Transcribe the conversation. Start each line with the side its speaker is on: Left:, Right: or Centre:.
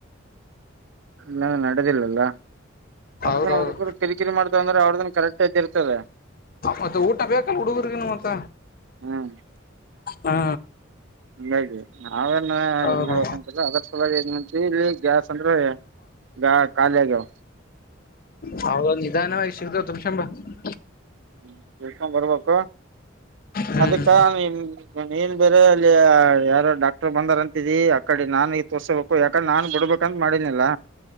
Right: ನಾನ ನಡೆದಿಲ್ಲಲ್ಲ ಅವ್ರದ್ದನ್
Left: ಹೌದೌದು
Right: ಹುಡುಗರು ಕರಿಕಿರಿ ಮಾಡತ ಅಂದ್ರ ಅವ್ರದ್ದ ಕರೆಕ್ಟ್ ಇದ್ದ ಇರ್ತದೆ
Left: ಮತ್ತೆ ಊಟ ಬೇಕಲ್ಲ ಹುಡುಗರ್ಗನು ಮತ್ತ
Right: ಹ್ಮ್
Left: ಹಾ.
Right: ಹಂಗಾಗಿ ನಾವೇನ್
Left: ಹೌದು
Right: ಇದ್ ಮಾಡ್ಬೇಕಂತಲ್ಲ ಅದ್ರ ಸಲವಾಗಿ ಏಂಗಂತವಿ ಇಲ್ಲಿ ಗ್ಯಾಸ್ ಅಂದ್ರೆ. ಗಾ ಕಾಲೇಜು.
Left: ಹೌದ ನಿಧಾನವಾಗಿ <unintelligible>
Right: <unintelligible> ಬರ್ಬೇಕು.
Left: ಹ್ಮ್
Right: ಅದಕ್ಕ ನಿಮ ನೀನ್ ಬೇರೆ ಅಲ್ಲಿ ಯಾರ ಡಾಕ್ಟರ್ ಬಂದಾರ ಅಂತಿದಿ. ಆ ಕಡೆ ನಾನು ಈ ತೋರ್ಸಬೇಕು ಯಾಕಂದ್ರೆ ನಾನ್ ಬಿಡ್ಬೇಕಂತ ಮಾಡನಿಲ್ಲ.